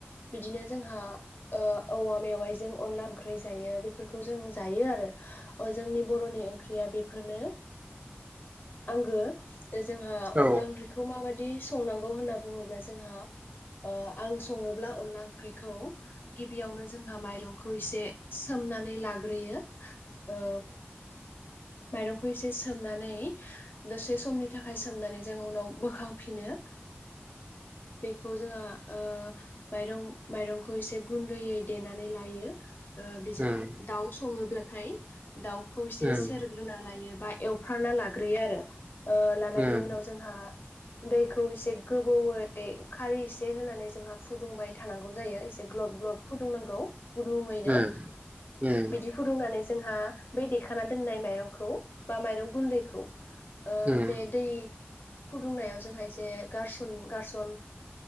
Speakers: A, on the left (about 55°); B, on the right (about 35°).
A: बिदिनो जोंहा ओ औवा मेवाइजों अनला ओंख्रि जायो बेफोरखौ जों जायो आरो अ जोंनि बर'नि ओंख्रिया बेफोरनो। आंगो। जोंहा
B: औ
A: अनला ओंख्रिखौ माबायदि संनांगौ होनना बुङोब्ला जोंहा आं सङोब्ला अनला ओंख्रिखौ गिबियावनो जोंहा माइरंखौ इसे सोमनानै लाग्रोयो औ। माइरंखौ एसे सोमनानै दसे समनि थाखाय सोमनानै जों उनाव बोखांफिनो बेखौ जोंहा ओ माइरं माइरंखौ एसे गुन्दैयै देनानै लायो। ओ बेजों
B: उम
A: दाउ सङोब्ला थाय दाउखौ
B: उम
A: एसे <inaudible> बा एवफामना लाग्रोयो आरो। अ लानायनि
B: उम
A: उनाव जोंहा दैखौ एसे गोबौैयै खारै एसे होनानै जोंहा फुदुंबाय थानांगौ जायो एसे ग्लब ग्लब फुदुंनांगौ। फुदुङैनो
B: उम उम
A: बिदि फुदुंनानैसो जोंहा बै देखनानै दोननाय माइरंखौ बा माइरं गुन्दैखौ ओ
B: उम
A: बेे दै फुदुंनायाव जोंहा ऐसे गारसन- गारसन